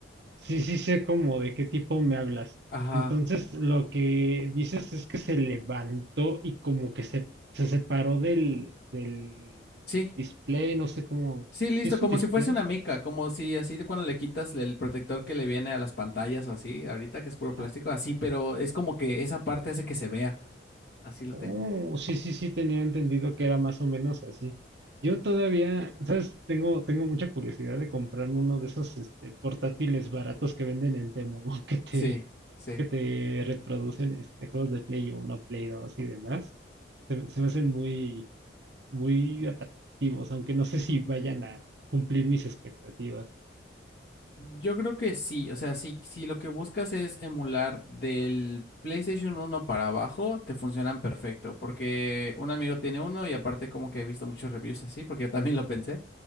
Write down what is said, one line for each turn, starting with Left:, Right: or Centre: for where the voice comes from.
Right: Sí, sí sé como de qué tipo me hablas.
Left: Ajá,
Right: Entonces, lo que dices es que se levantó y como que se, se separó del, del
Left: sí.
Right: display, no sé cómo.
Left: Sí, listo,
Right: ¿Sí es
Left: como
Right: un display?
Left: si fuese una mica, como si así de cuando le quitas el protector que le viene a las pantallas o así, ahorita que es puro
Right: Ajá.
Left: plástico, así, pero es como que esa parte hace que se vea. Así lo
Right: Oh,
Left: tengo.
Right: sí, sí, sí, tenía entendido que era más o menos así. Yo todavía, ¿sabes? Tengo, tengo mucha curiosidad de comprarme uno de esos este, portátiles baratos que venden en Temu, <laughs> que te,
Left: Sí, sí.
Right: que te reproducen este, juegos de Play uno Play dos y demás. Se, se me hacen muy muy atractivos, aunque no sé si vayan a cumplir mis expectativas.
Left: Yo creo que sí, o sea, si, si lo que buscas es emular del PlayStation uno para abajo, te funcionan perfecto, porque un amigo tiene uno y aparte como que he visto muchos reviews así, porque yo también lo pensé.